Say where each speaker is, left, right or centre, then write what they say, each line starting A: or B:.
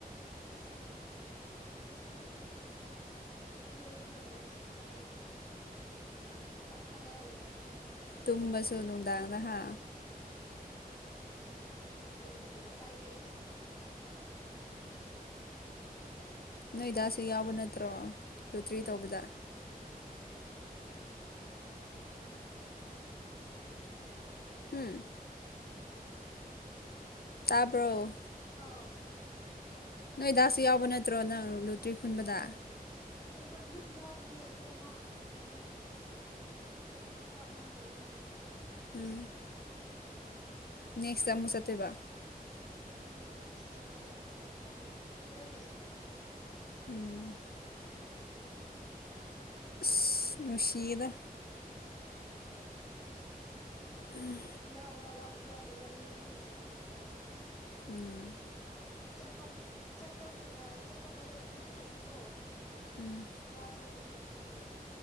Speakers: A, on the left; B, on the left.
A: ꯁꯦꯡꯕ ꯌꯨꯝꯗ ꯂꯩꯕꯁꯤꯡꯗꯤ ꯄꯥꯈꯠꯂꯒ ꯂꯩꯔꯝꯅꯤ
B: ꯇꯨꯝꯕꯁꯨ ꯅꯨꯡꯗꯥꯡꯗꯍꯥ
A: ꯑꯗꯨ ꯀꯔꯤꯒꯤ ꯎꯄꯥꯏ ꯂꯩ
B: ꯅꯣꯏ ꯗꯥꯥꯁꯨ ꯌꯥꯎꯕ ꯅꯠꯇ꯭ꯔꯣ ꯂꯣꯇ꯭ꯔꯤ ꯇꯧꯕꯗ ꯎꯝ ꯇꯥꯕ꯭ꯔꯣ
A: ꯑꯥꯎ
B: ꯅꯣꯏꯗꯥꯁꯨ ꯌꯥꯎꯕ ꯅꯠꯇ꯭ꯔꯣ ꯅꯪ ꯂꯨꯇ꯭ꯔꯤ ꯈꯨꯟꯕꯗ
A: ꯍꯟꯗꯛꯇꯨ ꯌꯥꯎꯕꯅꯦ ꯑꯗꯨ ꯃꯥ ꯀꯩꯅꯣ ꯊꯕꯛ ꯑꯃꯥ ꯂꯩꯕꯒꯤ
B: ꯎꯝ
A: ꯆꯠꯇꯕ
B: ꯅꯦꯛꯁꯇ ꯃꯨꯛ ꯆꯠꯇꯣꯏꯕ
A: ꯅꯦꯛꯁ ꯇ ꯆꯠꯀꯗꯧ ꯃꯥꯂꯦ ꯃꯤꯂꯣꯏꯅ ꯆꯠꯀꯅꯤ ꯍꯥꯏꯌꯦ
B: ꯎꯝ <inaudible> ꯏꯁ ꯅꯨꯡꯁꯤꯌꯦꯗ ꯎꯝ <inaudible>
A: ꯌꯥꯎꯕ꯭ꯔꯥ ꯂ ꯌꯥꯎꯗꯕ꯭ꯔꯥ ꯃꯤ ꯂꯣꯏꯅ ꯆꯠꯀꯅꯤ ꯍꯥꯏꯌꯦ
B: ꯎꯝ <inaudible>
A: ꯆꯠꯄ ꯆꯠꯄ ꯈꯨꯜ ꯑꯥ ꯆꯠꯄ ꯈꯛꯇ ꯑꯗꯨꯝ ꯆꯠꯂꯗꯤꯀꯣ
B: ꯎꯝ
A: ꯋꯥ ꯊꯣꯛ ꯀꯅꯤ ꯑꯗꯨꯒꯤ